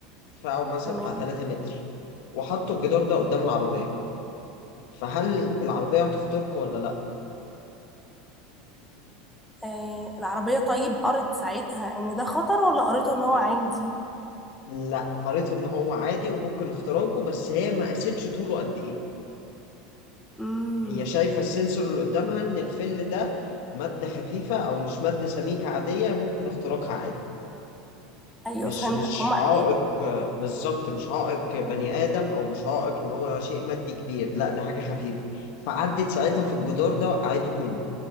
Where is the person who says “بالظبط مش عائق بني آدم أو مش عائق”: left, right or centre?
Left